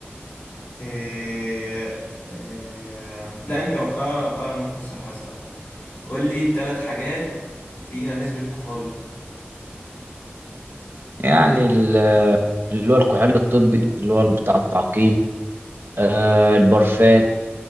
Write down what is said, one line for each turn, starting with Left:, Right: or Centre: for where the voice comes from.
Left: إيه... إيه... لا انت اه اه المفروض صح هسأل قول لي تلات حاجات فيها نسبة كحول
Right: يعني ال- اللي هو الكحول الطبي اللي هو بتاع التعقيم آه البرفان